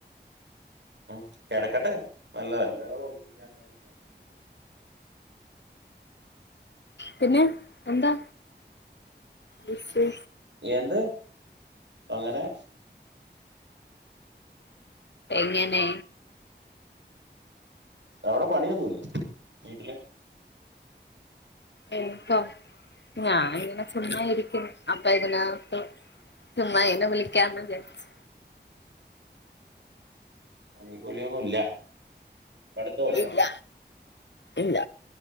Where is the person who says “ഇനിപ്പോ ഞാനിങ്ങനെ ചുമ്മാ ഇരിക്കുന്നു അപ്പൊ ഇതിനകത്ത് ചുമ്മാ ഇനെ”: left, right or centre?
Left